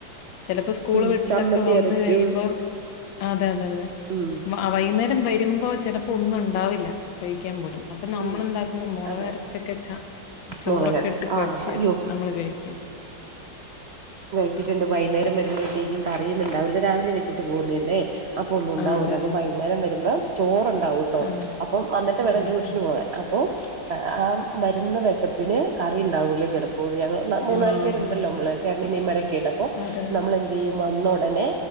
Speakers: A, on the left; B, on the right.
A: ചിലപ്പോ സ്കൂള്
B: ഉം
A: വിട്ടൊക്കെ
B: ചമ്മന്തി
A: വന്ന്
B: അരച്ചും
A: കഴിയുമ്പം അതെ അതെ അതെ
B: ഉം
A: വൈകുന്നേരം വരുമ്പോ ചിലപ്പോ ഒന്നും ഉണ്ടാവില്ല കഴിക്കാൻ പോലും അപ്പൊ നമ്മൾെന്താക്കും
B: ഉം
A: മുളക്കൊക്കെ
B: അതെ
A: അരച്ച് ചോറൊക്കെ
B: മുളകരച്ച്
A: ഇട്ട് കുഴച്ച്
B: ആഹ് അയ്യോ
A: നമ്മള് കഴിക്കും
B: വെച്ചിട്ടുണ്ട് വൈകുന്നേരം വരുമ്പോഴത്തേക്കും കറിയുന്നുണ്ടാവില്ല രാവിലെ വച്ചിട്ട് പോകുന്ന അല്ലേ അപ്പോൾ ഒന്നും ഉണ്ടാവില്ല
A: ആ, അതെ
B: അപ്പോൾ വൈകുന്നേരം വരുമ്പോം ചോറ്
A: ആഹ്
B: അപ്പൊ വന്നിട്ട് വേണം
A: ആഹ് ആഹ്
B: ട്യൂഷൻ <unintelligible> വിടാൻ അപ്പോൊ ആ മരുന്ന വിശപ്പിന് കറി ഉണ്ടാവൂലേ ചിലപ്പോൂർ ഞങ്ങൾ മൂന്നാല്
A: ആഹ്
B: പേരുണ്ടല്ലോ നമ്മള് ചണിനീമരൊക്കെ ഇട്ട അപ്പോൊ
A: അതെ അതെ
B: നമ്മൾ എന്ത് ചെയ്യും വന്ന